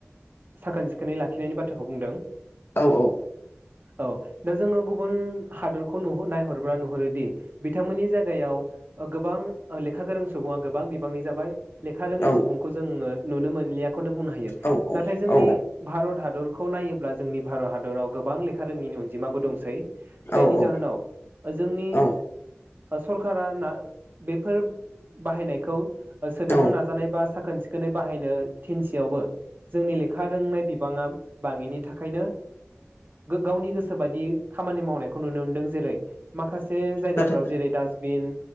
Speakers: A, on the right; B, on the left.
A: साखोन सिखोनै लाखिनायनि बाथ्राखौ बुंदों।
B: औ औ।
A: औ दा जोङो गुबुन हादरखौ नु नायहरोबा नुहुरोदि बिथांमोननि जायगायाव ओ गोबां लेखा गोरों सुबुङा गोबां बिबांनि जाबाय। लेखा रोङि
B: औ
A: सुबुंखौ जोङो नुनो मोन खौनो बुंनो हायो
B: औ
A: नाथाय जोंनि
B: औ
A: भारत हादरखौ नायोब्ला जोंनि भारत हादराव गोबां लेखा रोङिनि अनजिमाबो दंसै।
B: औ
A: जायनि
B: औ
A: जाहोनाव जोंनि
B: औ
A: सरखारा ना बेफोर बाहायनायखौ सोदांनो
B: औ
A: नाजानाय बा साखोन सिखोनै बाहायनो थिनसेयावबो जोंनि लेखा रोंनाय बिबाङा बाङिनि थाखायनो गावनि गोसो बायदि खामानि मावनायखौ नुनो मोनदों जेरै माखा से जायगाफ्राव
B: नाथाय
A: जेरै डास्टबिन